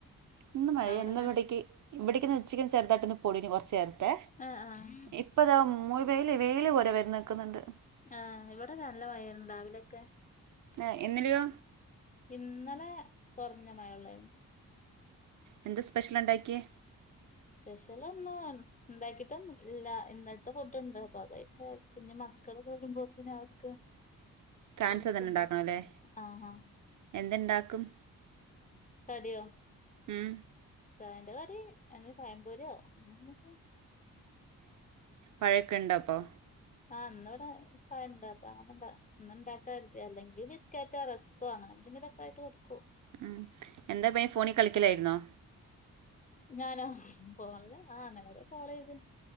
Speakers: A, on the right; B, on the left.
A: ഇന്ന് മഴയാ
B: അവിടെങ്ങനെ
A: ഇന്ന് ഇവിടേക്ക് ഇവിടേക്ക് ഇന്ന് ഉച്ചക്ക് ചെറുതായിട്ടിന്ന് പൊടിഞ്ഞു കുറച്ചേരുന്നു
B: ആഹ് ആഹ്
A: ഇപ്പ താ <unintelligible> വെയില് പോലെ വന്നു നിൽക്കുന്നുണ്ട്
B: ആ ഇവിടെ നല്ല മഴയേന്ന് രാവിലെക്കെ
A: ഏ ഇന്നലെയോ
B: ഇന്നലെ കൊറഞ്ഞ മഴേ ഉള്ളാര്ന്ന്
A: എന്താ സ്പെഷ്യൽ ഉണ്ടാക്കിയെ
B: സ്പെഷ്യൽ ഒന്നും ഇണ്ടാക്കിട്ടൊന്നും ഇല്ല ഇന്നലത്തെ ഫുഡ്ണ്ട് അപ്പ അത് കയിക്കാന്ന് വിചാരിച്ച് ഇനി മ മക്കള് വരുമ്പോത്തനെ അവർക്ക്
A: ചാൻസ്
B: വന്നിട്ടുണ്ടാക്കാന്ന്
A: തന്നെ ഉണ്ടാക്കണം
B: വച്ച്
A: അല്ലേ
B: ആഹ് ഹ
A: എന്തുണ്ടാക്കും
B: <unintelligible>
A: ഉം
B: <unintelligible> കടി എന്ന പയംപൊരിയോ ന്തൊക്കയോ
A: പഴയൊക്കണ്ടോപ്പൊ
B: ആ ഇന്ന് ഇവിടെ പഴണ്ട് അപ്പൊ അങ്ങനെ ഇന്ന് ഇണ്ടാക്കരുതി അല്ലെങ്കി ബിസ്ക്കറ്റോ റസ്ക്കോ അങ്ങനെ എന്തെങ്കിലൊക്കെയായിട്ട് കൊടുക്കും
A: ഉം എന്താ <unintelligible> ഫോണീ കളിക്കലേര്ന്നോ
B: ഞാനോ ഫോണിൽ ആ അങ്ങനോര ഫോളോ ചെയ്ത്